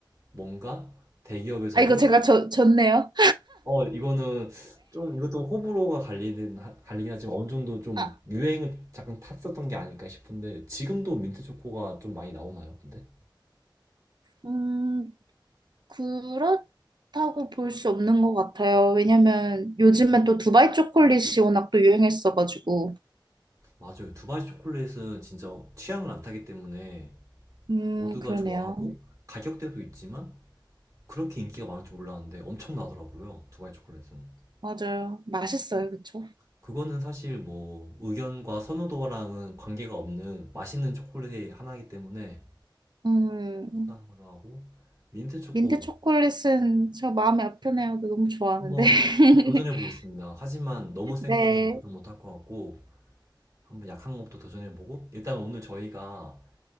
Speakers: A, on the right (about 45°); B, on the right (about 60°).
A: 뭔가 대기업에서도
B: 아, 이거 제가 졌, 졌네요.
A: 어 이거는 좀 이것도 호불호가 갈리는 하- 갈리긴 하지만 어느 정도 좀
B: 아,
A: 유행을 잠깐 탔었던 게 아닐까 싶은데 지금도 민트 초코가 좀 많이 나오나요, 근데?
B: 음. 그렇다고 볼 수 없는 것 같아요. 왜냐면 요즘엔 또 두바이 초콜릿이 워낙 또 유행했어가지고.
A: 맞아요. 두바이 초콜릿은 진짜 취향을 안 타기 때문에
B: 음,
A: 모두가
B: 그러네요.
A: 좋아하고 가격대도 있지만 그렇게 인기가 많을 줄 몰랐는데 엄청나더라고요. 두바이 초콜릿은.
B: 맞아요. 맛있어요. 그쵸?
A: 그거는 사실 뭐 의견과 선호도랑은 관계가 없는 맛있는 초콜릿의 하나이기 때문에 수
B: 음,
A: 싼 걸로 하고 민트 초코
B: 민트 초콜릿은 저 마음이 아프네요. 너무 좋아하는데.
A: 한번
B: <laughs>
A: 도전해 보겠습니다. 하지만 너무 센
B: 네,
A: 거는 도전 못 할 것 같고 한번 약한 것부터 도전해 보고 일단 오늘 저희가